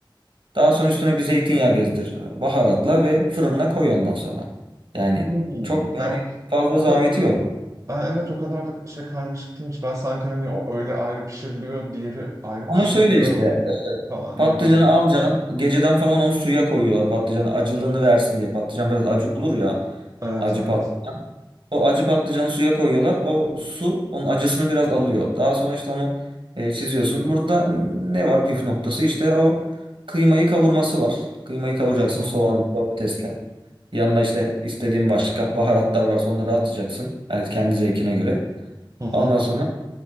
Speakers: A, on the right (about 75°); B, on the right (about 40°).
A: Daha sonra üstüne bir zeytinyağı gezdir. Baharatla ve fırına koy ondan sonra. Yani
B: Hmm.
A: çok yani
B: O,
A: fazla
B: o
A: zahmeti
B: kadar
A: yok.
B: evet o kadar da şey karmaşık değilmiş. Ben sanki hani o öyle ayrı pişiriliyor, diğeri ayrı
A: Ama
B: pişiriliyor
A: şöyle işte
B: falan
A: Patlıcanı
B: gibi.
A: alacaksın. Geceden falan onu suya koyuyorlar patlıcanı acılığını versin diye. Patlıcan biraz acı olur ya.
B: Evet
A: Acı
B: evet.
A: patlıcan. O acı patlıcanı suya koyuyorlar. O su onun acısını biraz alıyor. Daha sonra işte onu e, çiziyorsun. Burada ne var püf noktası? İşte o kıymayı kavurması var. Kıymayı kavuracaksın
B: Hı hı.
A: soğanla, domatesle. Yanına işte istediğin başka baharatlar varsa onları atacaksın. Yani kendi zevkine göre.
B: Hı hı.
A: Ondan sonra